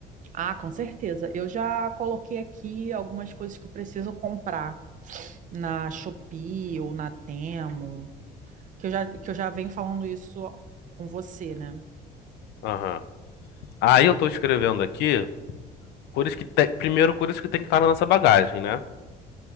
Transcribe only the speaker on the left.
Aham. Aí eu tô escrevendo aqui coisas que tem, primeiro coisas que tem que estar na nossa bagagem, né?